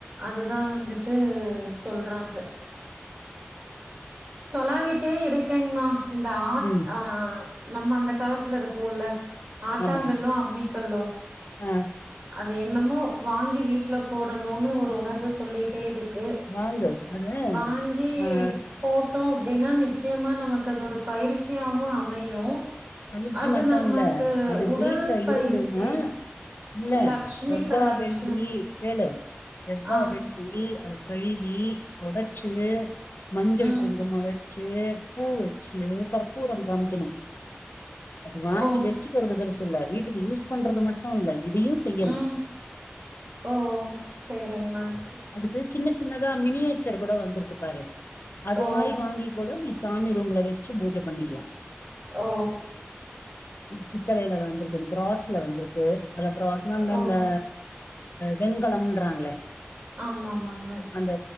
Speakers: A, on the right; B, on the left.
A: அதுதா வந்துட்டு சொல்றாங்க தொலாவிட்டே இருக்கேங்மா இந்த ஆட்
B: ம்
A: அ நம்ம அந்த காலத்துல இருக்குள்ள ஆட்டாங்கல்லோ
B: ஆமா
A: அம்மிக்கல்லோ
B: ஆ
A: அது என்னமோ வாங்கி வீட்ல போடனுன்னு ஒரு உணர்வு சொல்லிட்டே இருக்கு
B: வாங்கு அது
A: வாங்கி
B: ஆ
A: போட்டோ அப்டின்னா நிச்சயமா நமக்கு அது ஒரு பயிற்சியாவு அமையு
B: மகிழ்ச்சி
A: அது
B: மட்டுல்ல
A: நமக்கு
B: அது
A: உடல்
B: வீட்ல
A: பயிற்சி
B: இருந்துன்னா இல்ல
A: லக்ஷ்மி
B: செவ்வா
A: கடாட்சம்
B: வெள்ளி கேளு செவ்வா
A: ஆ
B: வெள்ளி அது கழுவி தொடச்சு மஞ்சள்
A: ம்
B: குங்குமம் வச்சு பூ வச்சு கற்பூரம் காமிக்கணு அத வாங்கி
A: ஓ
B: வச்சுக்றது பெருசு இல்ல வீட்டுக்கு யூஸ் பண்றது மட்டு இல்ல இதையு செய்யணு
A: ம் ஓ செரிங்க் மேம்
B: அதுக்கு சின்ன சின்னதா மினியேச்சர் கூட வந்திருக்கு பாரு அது
A: ஓ
B: மாதிரி வாங்கி கூட நீ சாமி ரூம்ல வச்சு பூஜை பண்ணிகலா
A: ஓ
B: பித்தலையில வந்திருக்கு பிராஸ்ல வந்திருக்கு அ பிராஸ் அத
A: ஓ
B: இந்த வெணங்கலம்ன்றாங்களே
A: ஆமா ஆமாங்க
B: அந்த